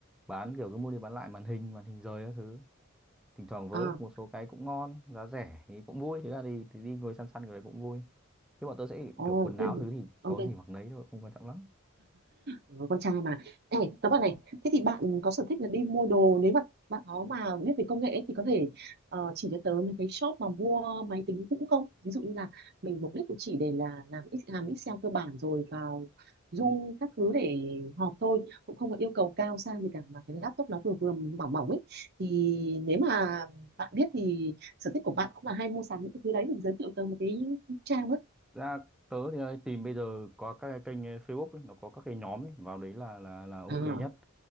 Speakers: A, in the centre; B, on the right.
A: bán kiểu cứ mua đi bán lại màn hình màn hình rời các thứ thỉnh thoảng vớ
B: ờ.
A: được một số cái cũng ngon giá rẻ thì cũng vui thực ra thì, thì đi ngồi săn săn cái đấy cũng vui chứ bọn tớ sẽ
B: Ồ,
A: kiểu quần áo
B: thế,
A: thứ thì
B: ok.
A: có gì mặc nấy thôi không quan trọng lắm
B: Ừ, con trai mà Ê, tớ bảo này thế thì bạn có sở thích là đi mua đồ nếu mà bạn nó mà biết về công nghệ ấy, thì có thể ờ, chỉ cho tớ mấy cái shop mà mua máy tính cũ không ví dụ như là mình mục đích cũng chỉ để là làm X- làm Excel cơ bản rồi vào Zoom các thứ để họp thôi cũng không có yêu cầu cao sang gì cả mà cái laptop nó vừa vừa mỏng mỏng ấy thì nếu mà bạn biết thì sở thích của bạn cũng là hay mua sắm những cái thứ đấy thì giới thiệu tớ một cái trang ấy
A: ra tớ thì tìm bây giờ có các cái kênh Facebook ấy, nó có các cái nhóm ấy, vào đấy là là là ok
B: à,
A: nhất